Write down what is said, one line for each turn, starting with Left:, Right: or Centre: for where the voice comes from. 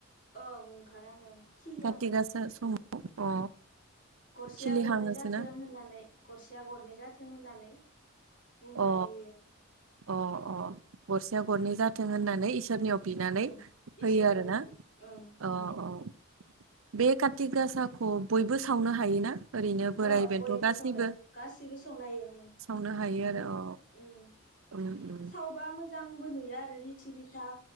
Left: ओं ओंखार आङो खिलिहांङो।
Right: काति
Left: उम
Right: गासा समाव अ
Left: गरसेया
Right: खिलिहाङोसोना
Left: गरनै जाथों होननानै गरसेया गरनै जा थों होननानै बुंना
Right: अ
Left: होयो आरो
Right: अ अ गरसेया गरनै जाथों होननानै इसे इसोरनियाव बिनानै
Left: उम
Right: होयो
Left: इसोरनियाव
Right: आरोना
Left: बे आरो ओं
Right: अ
Left: उम
Right: अ बे काति गासाखौ बयबो सावनो हायोना? ओरैनो बोराइ
Left: अ
Right: बेन्थ'
Left: बयबो
Right: गासैबो
Left: सावनो गासैबो सावनो हायो उम
Right: सावनो हायो आरो औ
Left: उम।
Right: उम उम
Left: सावबा मोजांबो नुयो। यो आरो रिति रिथा